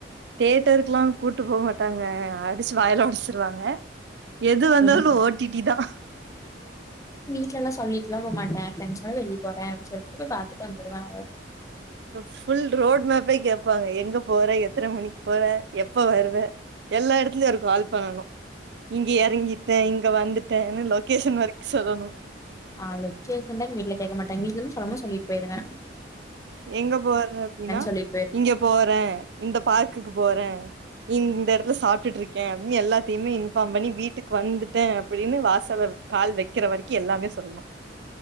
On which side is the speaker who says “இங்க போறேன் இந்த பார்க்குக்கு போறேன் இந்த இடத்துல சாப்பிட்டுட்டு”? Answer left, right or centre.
Right